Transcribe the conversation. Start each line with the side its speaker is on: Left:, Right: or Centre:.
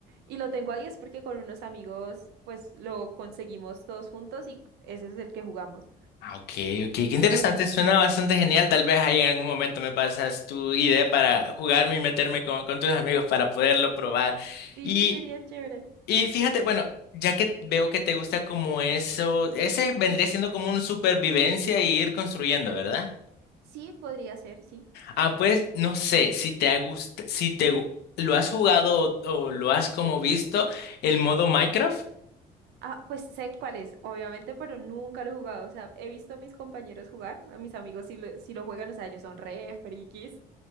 Right: Y lo tengo ahí es porque con unos amigos pues lo conseguimos todos juntos y ese es el que jugamos.
Left: Ah, ok, ok. Qué interesante,
Right: Pero pues
Left: suena bastante genial. Tal vez ahí en algún momento me pasas tu idea para jugarme y meterme con, con tus amigos para poderlo probar.
Right: sí,
Left: Y,
Right: sería chévere.
Left: y fíjate, bueno, ya que veo que te gusta como eso, ese vendría siendo como una supervivencia y ir construyendo, ¿verdad?
Right: Sí, podría ser, sí.
Left: Ah, pues no sé si te ha gust- si te gu- lo has jugado o, o lo has como visto el modo Minecraft.
Right: Ah, pues sé cuál es, obviamente, pero nunca lo he jugado. O sea, he visto a mis compañeros jugar, a mis amigos si lo, si lo juegan, o sea, ellos son re frikis.